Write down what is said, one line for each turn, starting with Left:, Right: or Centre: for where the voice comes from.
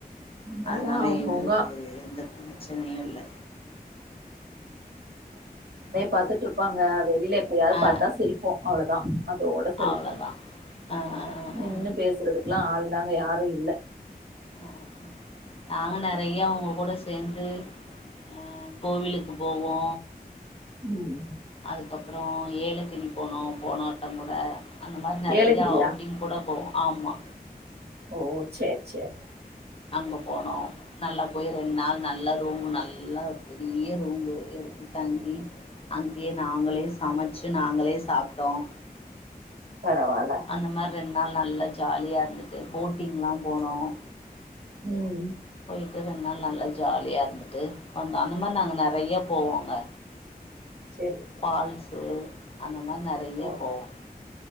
Right: இங்கெல்லா
Left: அதனால
Right: அவங்கவுங்க
Left: எங்களுக்கு எந்த பண்ண பிரச்சனையே இல்லை
Right: பார்த்துட்டு இருப்பாங்க வெளியில எப்பாவது
Left: ஆ
Right: பார்த்தா சிரிப்போம் அவ்வளவுதான் அதோட சேரி
Left: அவ்ளோதா ஆ ஆ ஆ
Right: நின்று
Left: ஆ ஆ
Right: பேசுறதுக்கெல்லாம் ஆள் தாங்க யாரும் இல்ல
Left: ஆஹ் ஆஹ் ஆஹ் நாங்க நெறைய அவங்க கூட சேர்ந்து அஹ் கோவிலுக்கு போவோ
Right: உம்
Left: அதுக்கப்புறம் ஏலக்கிரி போனோம் போன வட்டம் கூட அந்த மாரி நெறையா
Right: ஏலகிரியா
Left: அவுட்டிங் கூட போவோம் ஆமா
Right: ஓ சேரி சேரி
Left: அங்க போனோம் நல்லா போய் ரெண்டு நாள் நல்ல ரூம் நல் எல்லா பெரிய ரூம்பு எடுத்து தங்கி அங்கேயே நாங்களே சமைச்சு நாங்களே சாப்பிட்டோம்
Right: பரவால்ல
Left: அந்த மாரி ரெண்டு நாள் நல்ல ஜாலியா இருந்துட்டு போட்டிங்லாம் போனோம்
Right: உம்
Left: டு ரெண்டுநாள் நல்லா ஜாலியா இருந்துட்டு வந்த அந்த மாரி நாங்க நெறய போவோங்க பா
Right: சேரி சேரி
Left: பால்ஸ்ஷு அந்த மாரி நிறைய
Right: ஓ
Left: போகம்